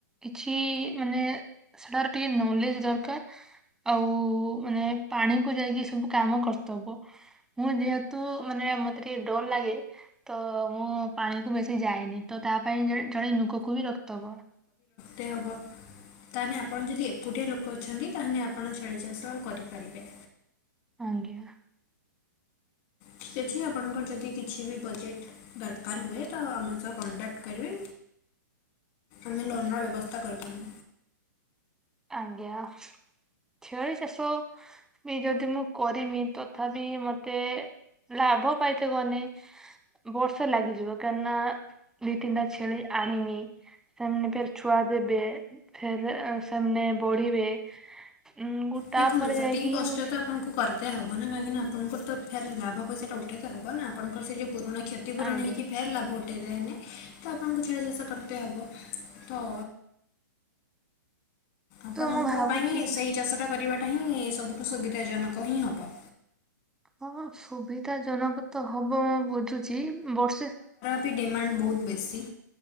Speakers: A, in the centre; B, on the left (about 40°).
A: କିଛି ମାନେ ସେଟାରେ ଟିକେ ନଲେଜ ଦରକାର। ଆଉ ମାନେ ପାଣି କୁ ଯାଇକି ସବୁ କାମ କର୍ତେ ହବ ମୁଁ ଯେହେତୁ ମାନେ ମତେ ଟିକେ ଡର ଲାଗେ ତ ମୁଁ ପାଣିକୁ ବେଶି ଯାଏନି ତ ତା ପାଇଁ ଜଣେ ଜଣେ ନୁକକୁବି ରଖିତେ ହବ।
B: ତେ ହବ ତାହାନେ ଆପଣ ଯଦି ଏକୁଟିଆ ଲୋକ ଅଛନ୍ତି ତାହେଲେ ଆପଣ ଛେଳି ଚାଷ କରିପାରିବେ।
A: ଆଜ୍ଞା।
B: ଠିକ ଅଛି ଆପଣଙ୍କର ଯଦି କିଛି ବି ବଜେଟ ଦରକାର ହୁଏ ତ ଆମ ସହ କଣ୍ଟାକ୍ଟ କରିବେ। ଆମେ ଲୋନର ବ୍ୟବସ୍ଥା କରିଦବୁ।
A: ଆଜ୍ଞା। ଛେଳି ଚାଷ ବି ଯଦି ମୁଁ କରିନି ତଥାପି ମତେ ଲାଭ ପାଇଥିବନି ବର୍ଷେ ଲାଗିଯିବ କାରଣ ଦିଇ ତିନିଟା ଛେଳି ଆଣିିନି ସେମାନେ ଫେର ଛୁଆ ଦେବେ ଫେରେ ସେମାନେ ବଢିବେ। ଉଁ
B: ଦେଖନ୍ତୁ
A: ତାପରେ
B: ସେତିକି
A: ଯାଇକି
B: କଷ୍ଟ
A: ହିଁ ମୁଁ
B: ତ ଆପଣଙ୍କୁ କରି ତେ ହବ ନା କାହିଁକିନା ଆପଣଙ୍କୁ ତ ଫେରେ ଲାଭ ପଇସା ଉଠେଇତ ହବ ନା ଆପଣଙ୍କର ସେ ଯୋଉ ପୁରୁଣା କ୍ଷତିପୂରଣ
A: ଆଙ୍ଗେ
B: ହେଇକି ଫେର ଲାଭ ଟେଦାଇନି ତ ଆପଣଙ୍କୁ ଛେଳି ଚାଷ କରି ତେ ହବ ତ ଆପଣଙ୍କ
A: ତ ମୁଁ ଭାବୁଛି
B: ପାଇଁ ସେଇ ଚାଷ ଟା କରିବା ଟା ହିଁ ସବୁଠୁ ସୁବିଧା ଜନକ ହିଁ ହବ।
A: ହଁ ସୁବିଧା ଜନକ ତ ହବ ମୁଁ ବୁଝୁଛି ବର୍ଷେ
B: ବିି ଡିମାଣ୍ଡ ବହୁତ ବେଶୀ।